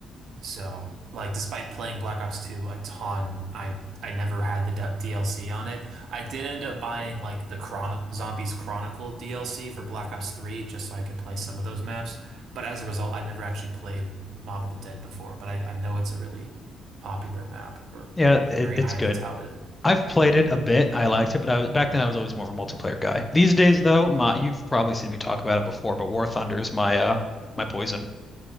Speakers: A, on the right; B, on the left.
A: So, like despite playing Black Ops 2 a ton, I I never had the d DLC on it. I did end up buying like the Chron Zombies Chronicle DLC for Black Ops 3 just so I could play some of those maps, but as a result, I never actually played Mob of the Dead before, but I I know it's a really popular map or
B: Yeah, it,
A: very
B: it's
A: highly
B: good.
A: touted.
B: I've played it a bit. I liked it, but I was back then I was always more of a multiplayer guy. These days though, my you've probably seen me talk about it before, but War Thunder is my uh my poison.